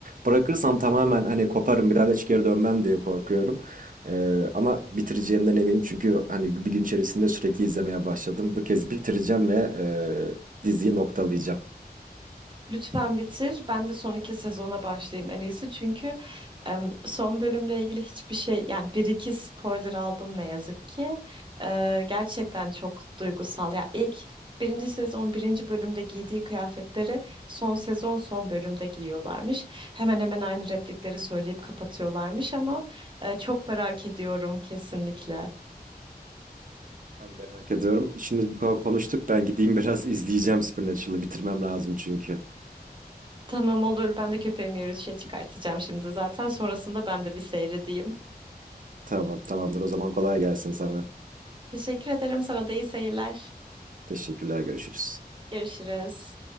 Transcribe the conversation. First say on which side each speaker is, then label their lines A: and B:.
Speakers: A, on the right; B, on the right.
A: Bırakırsam tamamen hani koparım bir daha da hiç geri dönmem diye korkuyorum. E, ama bitireceğimden eminim çünkü hani bir gün içerisinde sürekli izlemeye başladım. Bu kez bitireceğim ve e, diziyi noktalayacağım.
B: Lütfen bitir. Ben de son iki sezona başlayayım en iyisi. Çünkü em, son bölümle ilgili hiçbir şey yani bir iki spoiler aldım ne yazık ki. Ee, gerçekten çok duygusal. Ya ilk birinci sezon birinci bölümde giydiği kıyafetleri son sezon son bölümde giyiyorlarmış. Hemen hemen aynı replikleri söyleyip kapatıyorlarmış ama e, çok merak ediyorum kesinlikle.
A: Ben de merak ediyorum. Şimdi bu kadar konuştuk. Ben gideyim biraz izleyeceğim Supernatural'ı. Bitirmem lazım çünkü.
B: Tamam olur. Ben de köpeğimi yürüyüşe çıkartacağım şimdi zaten. Sonrasında ben de bir seyredeyim.
A: Tamam, tamamdır. O zaman kolay gelsin sana.
B: Teşekkür ederim. Sana da iyi seyirler.
A: Teşekkürler, görüşürüz.
B: Görüşürüz.